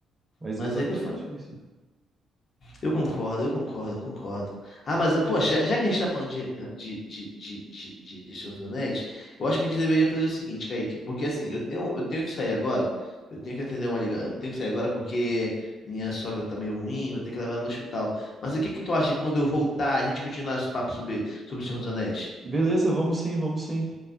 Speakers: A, on the right; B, on the left.
A: Mas
B: mas
A: é exatamente
B: ele foi.
A: isso.
B: Eu concordo, eu concordo, eu concordo. Ah, mas, eh, poxa, já que a gente tá falando de, de, de, de, de, de, de Senhor dos Anéis, eu acho que a gente deveria fazer o seguinte, Kaique, porque assim, eu tenho, eu tenho que sair agora, eu tenho que atender uma ligação, eu tenho que sair agora porque minha sogra tá meio ruim, vou ter que levar ela no hospital. Mas o que que tu acha de quando eu voltar, a gente continuar esse papo sobre, sobre o Senhor dos Anéis?
A: Beleza, vamos sim, vamos sim.